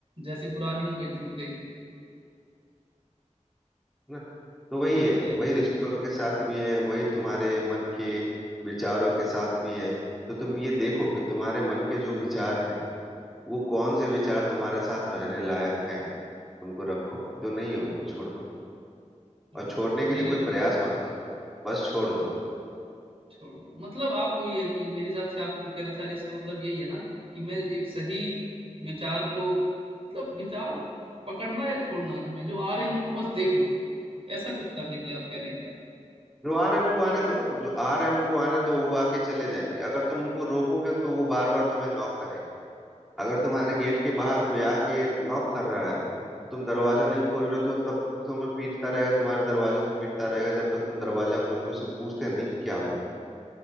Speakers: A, on the right (about 50°); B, in the centre.
A: जैसी पुरानी हो गई छूट गई
B: है ना तो वही
A: हाँ
B: है
A: ये
B: वही
A: तो
B: रिश्तों के साथ भी है वही तुम्हारे मन के विचारों के साथ भी है तो तुम ये देखो कि तुम्हारे मन के जो विचार हैं वो कौन से विचार तुम्हारे साथ रहने लायक हैं उनको रखो जो नहीं है उनको छोड़ दो
A: ओ,
B: और छोड़ने
A: तो
B: के
A: मेरे
B: लिए कोई
A: को
B: प्रयास मत करो बस छोड़ दो
A: छोड़ दो मतलब आप वही है कि मेरे हिसाब से आप जो कहना चाह रहे हैं इसका मतलब यही है ना कि मैं एक सही विचार को मतलब विचार को पकड़ना या छोड़ना कि मैं जो आ रहे हैं उनको बस देख लो ऐसा कुछ करने के लिए आप कह रहे हैं क्या
B: जो आ रहे हैं उनको आने
A: पकड़
B: दो जो आ रहे हैं उनको आने दो वो आके चले जाएंगे अगर तुम उनको रोकोगे तो वो बार बार तुम्हें नॉक करेंगे अगर तुम्हारे गेट के बाहर कोई आके नॉक कर रहा है तुम दरवाजा नहीं खोल रहे हो, तो वो तब तुम्हें पीटता रहेगा तुम्हारे दरवाजे को पीटता रहेगा जब तक तुम दरवाजा खोल के उससे पूछते नहीं कि क्या हुआ